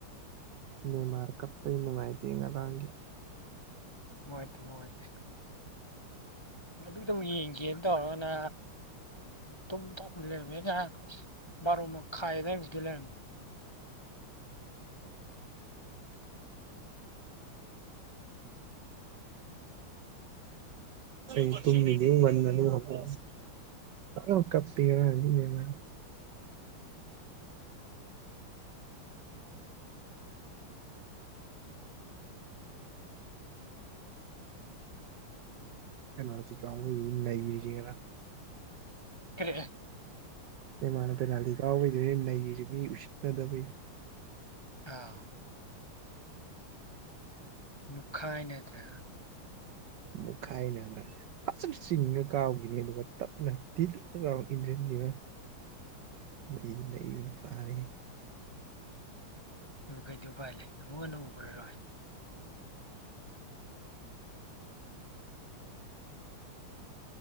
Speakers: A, on the right; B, on the left.
A: ꯃꯃꯔ ꯀꯄ ꯣꯡꯉꯥꯏꯇ ꯉ ꯂꯒꯤ
B: ꯋꯥꯇ ꯅꯨꯅꯨꯡ ꯋꯥꯇꯤꯁ ꯃꯗ ꯑꯃꯨꯛ ꯌꯦꯡꯒꯦꯅ ꯇꯧꯔꯒꯅ ꯇꯨꯝ ꯇꯣꯛ ꯂꯩꯔꯝꯃꯦ ꯉ ꯔꯣꯃ ꯈꯥꯏꯥꯏꯕꯤꯗ ꯂꯩꯦ
A: ꯀ ꯇꯨ ꯃꯤꯅꯤ ꯃꯟ ꯃꯅꯤ ꯀꯞ ꯄꯤꯔꯅꯤ ꯂꯩꯅ ꯀꯩꯅꯔꯁꯤ ꯀꯥ ꯂꯩꯔꯤꯁꯤꯅꯥ
B: ꯀꯔꯤꯦ
A: ꯑꯦꯃꯥꯅ ꯄꯦꯅꯥꯜꯇꯤ ꯀꯥꯎꯕꯩꯗꯣꯏꯅꯦ ꯂꯩꯔꯤꯁꯦ ꯃꯤ ꯎꯁꯤꯠꯅꯗꯕꯩ
B: ꯑꯥ ꯃꯨꯈꯥꯏꯅꯗ꯭ꯔ
A: ꯃꯨꯛꯈꯥꯏꯅꯗ꯭ꯔ ꯐꯖꯅ ꯆꯤꯡꯉ ꯀꯥꯎꯈꯤꯅꯤ ꯑꯗꯨꯒ ꯇꯞꯅ ꯇꯤꯜꯂꯤ ꯏꯟꯗ꯭ꯔꯕ ꯂꯩꯗꯤ ꯂꯩꯕ ꯐꯥꯔꯦ
B: ꯑꯗꯨ ꯀꯩꯗ ꯎꯚꯥꯏ ꯂꯩ ꯑꯃꯨꯛ ꯍꯟꯅ ꯎꯈ꯭ꯔꯔꯣꯏ